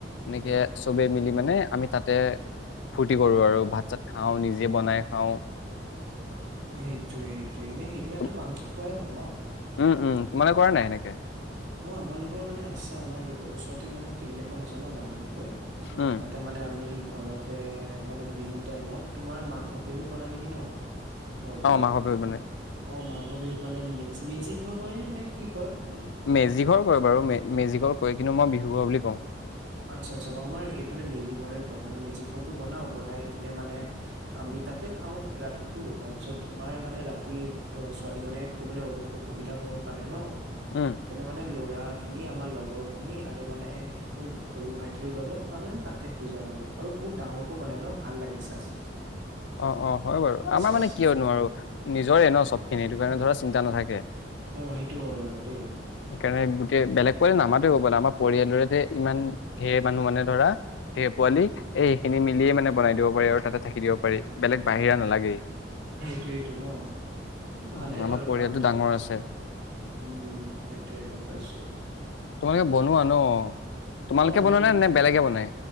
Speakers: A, on the left; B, on the right.
A: এনেকে চবে মিলি মানে আমি তাতে ফূৰ্তি কৰোঁ আৰু। ভাত চাত খাওঁ, নিজে বনাই খাওঁ।
B: সেইটোয়ে সেইটোে এনে সেইদিনাতো
A: তুম-
B: মাংস খোৱাই হয় ন'।
A: উম, উম, তোমালোকে কৰা নাই সেনেকে?
B: অ' আমাৰলোকৰ মানে আছে, আমালোকৰ ওচৰতে মানে ফিল্ড এখন আছে ন' ডাঙৰ। গৈ
A: উম,
B: তাতে মানে আমি ঘৰতে মানে বিহুৰ টাইমত তোমাৰ মাংস বিহুত বনাই নেকি ন'? ঘৰটো।
A: অ', মাঘৰ বিহুত মানে
B: অ' মাঘ বিহুত মানে মেজ-মেজিৰ ঘৰ কনে নে কি কয় এইটো?
A: মেজি ঘৰ কয় বাৰু মে-মেজি ঘৰ কয় কিন্তু মই বিহু ঘৰ বুলি ক
B: আচ্ছা আচ্ছা। আমাৰ এইফালে মেজিক ঘৰে কয় মানে মেজি ঘৰটো বনাও বনাই কিনে মানে আমি তাতে খাওঁ ৰাতিটো তাৰপিছত তোমাৰ মানে ৰাতি অ' ছোৱালী মানে খুবলৈ অ-অসুবিধা পাব পাৰে ন'।
A: উম,
B: তেনে মানে ল'ৰাখিনি আমাৰ লগৰখিনি আৰু মানে মোৰ সৰু ভাইটিৰ লগত তাৰমানে তাতে শুই যাওঁ আৰু আৰু বহুত ডাঙৰকৈ বনাই ন' ভাল লাগে চাই।
A: অ', অ' হয় বাৰু।
B: গম পাইছা
A: আমাৰ মানে কিয় নোৱাৰোঁ, নিজৰে ন' চবখিনি এইটো কাৰণে ধৰা চিন্তা নাথাকে।
B: অ সেইটো হয় বাৰু দেই
A: সেইকাৰণে গোটেই বেলেগ কৈ নামাত ব আমাৰ পৰিয়ালটোৰে ইমান ঢেৰ মানুহ মানে ধৰা ঢেৰ পোৱালি এই সেইখিনি মিলিয়ে মানে মে বনাই দিব পাৰি আৰু ততে থাকি দিব পাৰি। বেলেগ বাহিৰা নালাগেই।
B: সেইটোয়েইটো ন' ভালেই
A: উম আমাৰ
B: বাৰু
A: পৰিয়ালটো
B: কামটো।
A: ডাঙৰ
B: উম,
A: আছে
B: সেইটোৱে গম পাইছোঁ।
A: তোমালোকে বনোৱা ন'? তোমালোকে
B: অ' আমিল
A: বনোৱা নে নে বেলেগে বনাই?